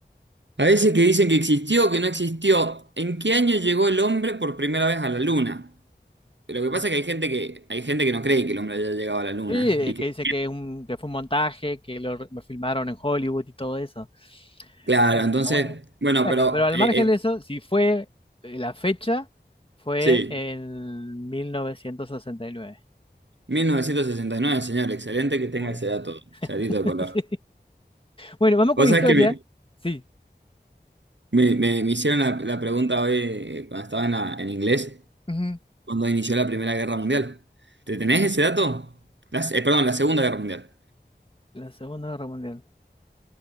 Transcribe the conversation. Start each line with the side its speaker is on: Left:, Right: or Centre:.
Right: a veces que dicen que existió, que no existió, ¿en qué año llegó el hombre por primera vez a la luna? Lo que
Left: Mm.
Right: pasa es que hay gente que, hay gente que no cree que el hombre haya llegado a la luna.
Left: Sí,
Right: Y que,
Left: que dice que, es un, que fue un montaje, que lo, re- lo filmaron en Hollywood y todo eso.
Right: claro,
Left: Bueno,
Right: entonces,
Left: está bueno.
Right: bueno,
Left: Bueno,
Right: pero
Left: pero al
Right: eh,
Left: margen
Right: eh,
Left: de eso, si fue eh, la fecha, fue
Right: sí,
Left: en 1969.
Right: mil novecientos sesenta y nueve señor, excelente que tenga
Left: Muy
Right: ese dato, ese
Left: bien.
Right: datito de
Left: <laughs>
Right: color.
Left: Sí. Bueno, vamos
Right: Vos
Left: con historia.
Right: sabés que me,
Left: Sí.
Right: me- me- me hicieron la, la pregunta hoy eh, cuando estaba en, la- en inglés,
Left: Ujú.
Right: cuando inició la Primera Guerra Mundial. ¿Te tenés ese dato? La se- eh, perdón, la Segunda Guerra Mundial.
Left: La Segunda Guerra Mundial.